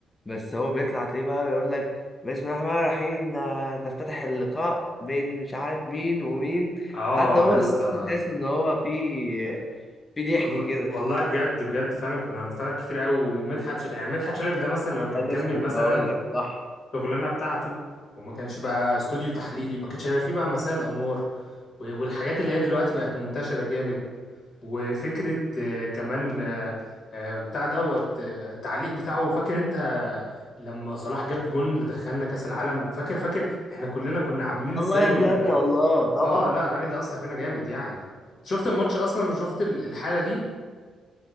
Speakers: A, on the left (about 30°); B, on the left (about 55°).
A: بس هو بيطلع تلاقيه بقى بيقول لك بسم الله الرحمن الرحيم ن- نفتتح اللقاء بين مش عارف مين ومين
B: اه
A: حتى هو
B: يا
A: صوته
B: اسطى
A: أصلاً تحس ان هو في في ضحك
B: والله
A: كده
B: والله بجد بجد فعلا كنا هنفتكر كتير قوي ومدحت ش... يعني مدحت شلبي ده مثلا لو كان
A: أه لسه
B: كمل
A: كنت
B: مثلا
A: هقول لك صح
B: شغلانه بتاعته وما كانش بقى استوديو تحليلي ما كانش هيبقى فيه بقى مساء الانوار و- والحاجات اللي هي دلوقتي بقت منتشره جامد وفكره آه، كمان آه، آه، بتاع دوت آه، التعليق بتاعه فاكر انت لما صلاح جاب جون اللي دخلنا كاس العالم فاكر فاكر احنا كلنا كنا عاملين ازاي
A: الله يا بلادنا الله طبعا
B: اه لا الراجل ده اثر فينا جامد يعني شفت الماتش اصلا وشفت ال- الحاله دي